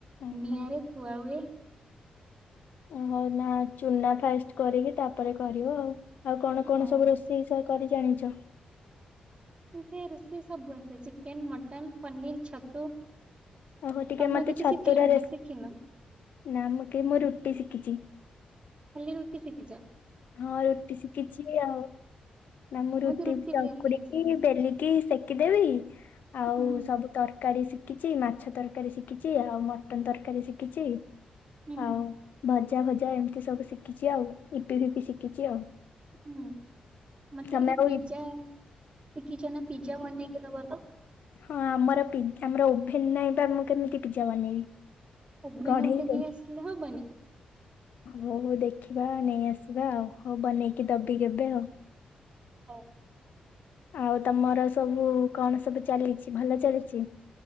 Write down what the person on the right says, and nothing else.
ନିଆଁରେ ଥୁଆ ହୁଏ।
ହଁ
ମତେ ରୋଷେଇ ସବୁ ଆସେ ଚିକେନ ମଟନ୍। ମଟନ ପନିର ଛତୁ
ତମେ
କିଛି
ଶିଖିଲଣି
ନା ଶିଖିନ
ଖାଲି ରୁଟି ସେଖିଚ।
ମତେ
ବେଲି ଆସେନି
ହୁଁ
ହୁଁ
ହୁଁ ମତେ
ଟିକେ
ପିଜ୍ଜା ଶିଖିଛ ନା ପିଜ୍ଜା ବନେଇ କି ଦବା ଟା।
ଓଭେନ
ଗୋଟେ ନେଇ ଆସିଲେ ହବନି।
ହଉ।